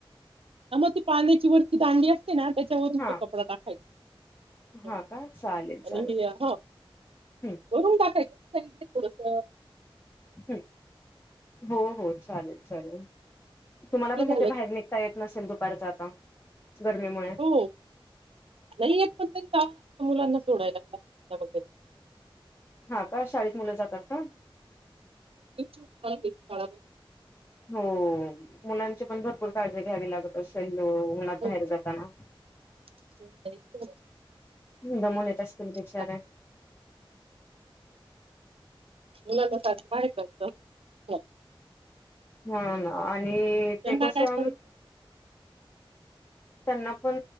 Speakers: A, on the right; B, on the left.
A: त्यामुळे पाळण्याची वरची दांडी अस ना त्याच्यावरून
B: हां
A: तो कपडा टाकायचा
B: हां
A: ह
B: का चालेल
A: आणि
B: चालेल.
A: ह
B: हं
A: वरून टाकायचं <unintelligible> थोडस
B: ह हो हो चालेल चालेल तुम्हाला
A: ते
B: पण
A: झालं
B: तिथ
A: की
B: बाहेर निघता येत नसेल परत आता गरमीमुळे
A: हो नाही येत पण तरी मुलांना सोडायला वगैरे
B: हा का शाळेत मुलं जातात का?
A: चालते शाळा बंद.
B: हो मुलांची पण भरपूर काळजी घ्यावी लागत असेल त उन्हात
A: हो,
B: बाहेर जाताना
A: हो, नाही घरातच
B: दमून येत असतील बिचाऱ्या
A: असतात. मुलांना सारख बाहेरच <inaudible>
B: हा ना ते
A: त्यांना
B: ते कसंनं
A: काय करू
B: त्यांना पण